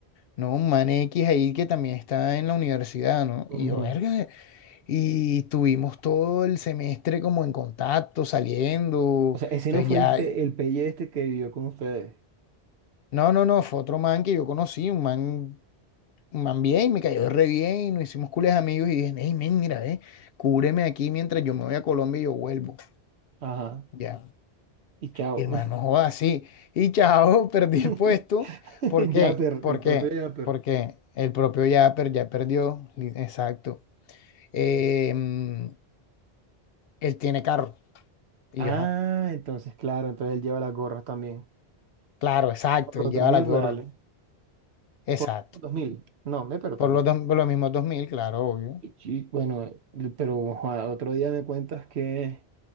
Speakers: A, on the left; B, on the right.
A: ¿no? Un man X ahí que también está en la universidad, ¿no? Y
B: Ujú.
A: yo, verga, y tuvimos todo el semestre como en contacto, saliendo,
B: O sea, ese
A: entonces
B: no fue
A: ya...
B: el, pe- el pelle este que vivió con ustedes.
A: No, no, no, fue otro man que yo conocí, un man man bien, me cayó re bien, y nos hicimos cules amigos y dije, hey, men, mira, ve, cúbreme aquí mientras yo me voy a Colombia y yo vuelvo,
B: Ajá,
A: ya.
B: y chao.
A: Y hermano man, no joda así. Y chao, <laughs> perdí
B: <laughs>
A: el puesto. ¿Por qué?
B: Yapper,
A: ¿Por
B: el propio
A: qué?
B: Yapper.
A: Porque el propio Yapper ya perdió, li- exacto. Eh, mm, él tiene carro y
B: Ah,
A: yo no.
B: entonces, claro, entonces él lleva las gorras también.
A: Claro, exacto,
B: Por
A: él
B: los
A: lleva
B: dos mil
A: la gorra,
B: reales.
A: exacto.
B: Por los dos mil. No, me, pero
A: Por
B: también.
A: los, dos- por los mismos dos mil claro, obvio.
B: Y, chi- bueno, eh, pero ojalá, otro día me cuentas que.